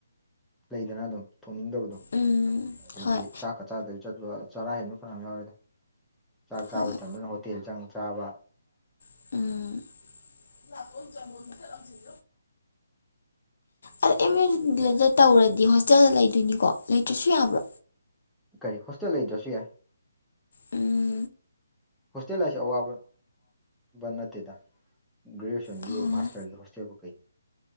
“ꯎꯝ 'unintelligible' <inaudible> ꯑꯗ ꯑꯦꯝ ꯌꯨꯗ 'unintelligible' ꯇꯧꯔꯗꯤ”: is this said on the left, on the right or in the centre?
Left